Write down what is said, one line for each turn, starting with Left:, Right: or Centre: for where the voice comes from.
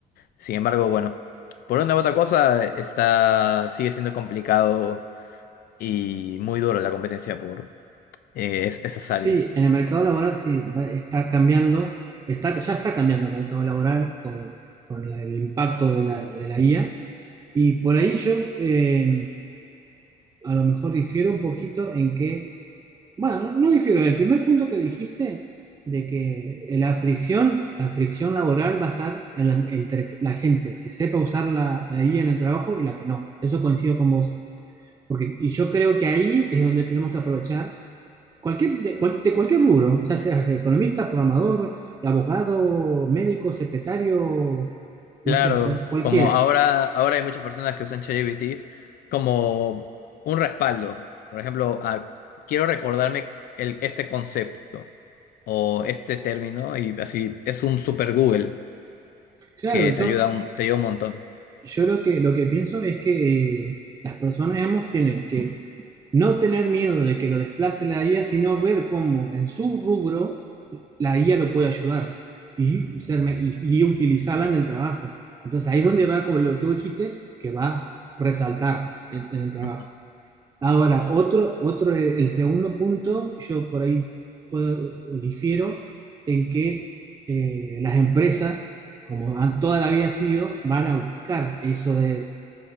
Left: Sin embargo, bueno, por una u otra cosa está, sigue siendo complicado y muy duro la competencia por eh, es- esas
Right: Sí,
Left: áreas.
Right: en el mercado laboral sí va- está cambiando, está, ya está cambiando el mercado laboral con, con la- el impacto de la, de la IA. Y por ahí yo eh, a lo mejor difiero un poquito en que, bueno, no difiero, el primer punto que dijiste de que la fricción, la fricción laboral va a estar en la- entre la gente que sepa usar la, la IA en el trabajo y la que no. Eso coincido con vos. Porque, y yo creo que ahí es donde tenemos que aprovechar Cualquier, de, cual- de cualquier rubro, ya seas economista, programador, abogado, médico, secretario,
Left: Claro,
Right: no sé, cual- cualquiera.
Left: como ahora, ahora hay muchas personas que usan ChatGPT como un respaldo. Por ejemplo, ah, quiero recordarme el, este concepto o este término y así es un super Google
Right: Claro,
Left: que te
Right: yo,
Left: ayuda un, te ayuda un montón.
Right: yo lo que, lo que pienso es que eh, las personas, digamos, tienen que no tener miedo de que lo desplace la IA, sino ver cómo en su rubro la IA lo puede ayudar y, ser, me- y, y utilizarla en el trabajo. Entonces ahí es donde va, como lo que vos dijiste, que va a resaltar en en el trabajo.
Left: Ujú.
Right: Ahora, otro, otro, el segundo punto, yo por ahí puedo- difiero en que eh, las empresas, como han, toda la vida sido, van a buscar eso de